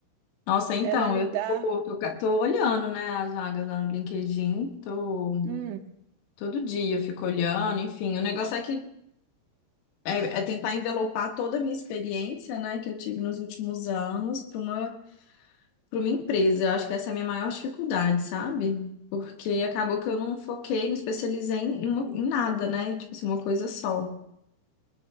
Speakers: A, on the left (about 85°); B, on the right (about 80°).
A: Nossa, então,
B: Ela lidar,
A: eu tô, tô, ca- tô olhando, né, as vagas lá no LinkedIn. Tô,
B: Hum,
A: todo dia eu fico olhando, enfim. O negócio é que é, é tentar envelopar toda a minha experiência, né, que eu tive nos últimos anos para uma, para uma empresa. Eu acho que essa é a minha maior dificuldade, sabe? Porque acabou que eu não foquei, me especializei em, uma- em nada, né? Tipo assim, uma coisa só.